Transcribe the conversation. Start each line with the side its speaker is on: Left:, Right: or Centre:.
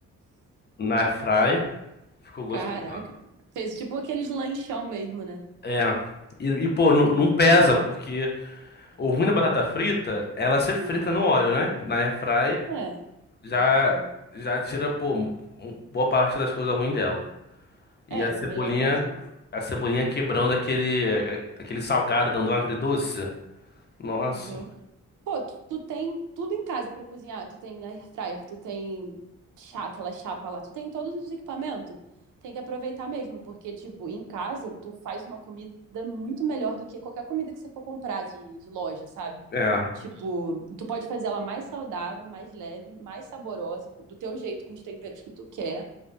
Left: na air fry. Ficou gostosona.
Right: Caraca. Fez tipo aqueles lanchão mesmo, né?
Left: É. E, e, pô, não, não pesa, porque o ruim da batata frita, é ela ser frita
Right: Uhum.
Left: no óleo, né? Na air fry
Right: É.
Left: já,
Right: Uhum.
Left: já tira, pô, m- boa parte das coisas ruins dela. E
Right: É,
Left: a cebolinha,
Right: já melhora bastante.
Left: a cebolinha quebrando aquele, aquele salgado, dando um agridoce. Nossa.
Right: Aham. Pô, tu, tu tem tudo em casa pra cozinhar. Tu tem air fryer, tu tem chá, aquela chapa lá, tu tem todos os equipamentos. Tem que aproveitar mesmo, porque, tipo, em casa tu faz uma comida muito melhor do que qualquer comida que você for comprar de, de loja, sabe?
Left: É.
Right: Tipo, tu pode fazer ela mais saudável, mais leve, mais saborosa, co- do teu jeito, com os temperos que tu quer.